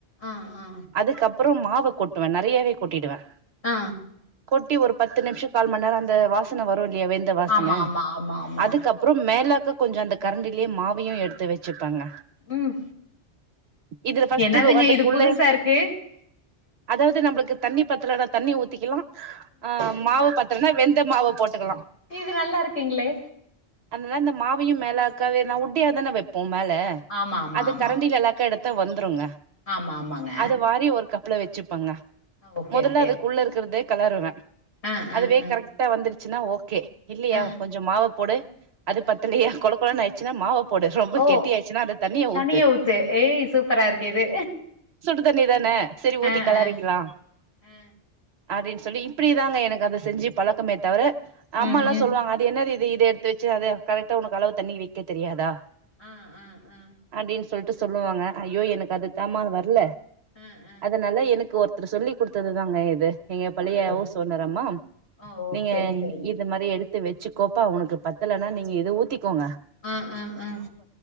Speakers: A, on the left; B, on the right.
A: ஆ ஆ
B: அதுக்கப் அப்றொ மாவு கொட்டுவே நெறையாவே கொட்டிடுவே
A: ஆ
B: கொட்டி ஒரு பத்து நிமிஷம் கால் மணி நேரம் அந்த வாசன வரு ரும் இல்லியா வெந்த வாசன
A: ஆமா ஆமா ஆமா ஆமா
B: அதுக்கப்புறம் மேலாக்குக் கொஞ்சொ அந்தக் கரண்டிலயே மாவு வையு எடுத்து வச்சுப்பங்க
A: ம்
B: இதுல ஃபஸ்ட்டு
A: என்னதுங்க
B: ரோ அதுக்குள்ளே
A: இது புதுசா இருக்கு
B: அதாது நம்பளுக்கு தண்ணி பத்துலனா தண்ணி ஊத்திக்கிலா ஆ மாவு பத்தலனா வெந்த மாவ போட்டுக்கலா
A: இது நல்லா இருக்குங்களே
B: <unintelligible> இந்த மாவையு மே லாக்காவே நா உ ட்டியிதானெ வெப் போ மேல
A: ஆமா ஆமா
B: அது
A: ஆமா
B: கரண்டிலா அல்லாக்க எடு த்தா வந்துருங்க
A: ஆமா ஆமாங்க
B: அத வாரி ஒரு கப்ல வச் சுப்பங்க
A: ஓகே
B: மொதல்ல
A: ஓகே
B: அதுக்குள்ள இருக்கற்தே களருவே
A: ஆ ஆ
B: அதுவே
A: ஆ
B: கரெக்டா வந்துரு ச்சுன்னா ஓகே இல்லையா
A: ஆ
B: கொஞ்சொ மாவ போடு அது
A: ஆ
B: பத்தலையா கொல கொலன் ஆயிச்சுன்னா மாவ போடு ரொம்ப
A: ஓ
B: கெட்டி ஆயிச்சுன்னா அந்த தண்ணிய
A: தனியா
B: ஊத்து
A: ஏய் சூப்பரா இருக்கு இது
B: சுடு தண்ணி தான செரி ஊத்தி
A: ஆ
B: களறிக்கிலா
A: ஆ ஆ
B: அப்டின் சொல்லி இப்டி தாங்க எனக்கு அத செஞ்சு பழக்கமே தவிர அம்மால்லா
A: ம் ம்
B: சொல்வாங்க அது என்னதி து இது எடுத்து வச்சு அத கரெக்டா உனக்கு அளவு தண்ணி வைக்க தெரியாதா
A: ஆ ஆ ஆ
B: அப்டின் சொல்ட்டு சொல்லுவாங்க ஐயோ எனக்கது தாம்மா வர்ல
A: ஆ ஆ
B: அதனால எனக்கு ஒரு த்தரு சொல்லி் குடுத்தது தாங்க இது எங்க பழைய
A: ஓ
B: ஹவுஸ் ஓனர் அம்மா
A: ஓ ஓ
B: நீங்க
A: சரி சரிங்க
B: இது மாரி எடுத் து வச்சுக்கோப்பா உனக்கு பத்தலன்னா நீங்க இத ஊத்திக்கோங்க
A: ஆ ஆ ஆ